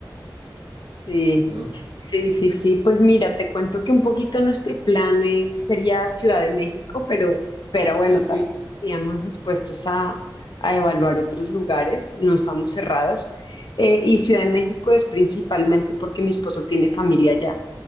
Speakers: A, on the left (about 65°); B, on the right (about 70°).
A: Sí,
B: ¿no?
A: sí, sí, sí. Pues mira, te cuento que un poquito nuestro plan es, sería Ciudad de México, pero, pero bueno,
B: Ah,
A: también
B: ok.
A: estaríamos dispuestos a, a evaluar otros lugares, no estamos cerrados. Eh, y Ciudad de México es principalmente porque mi esposo tiene familia allá.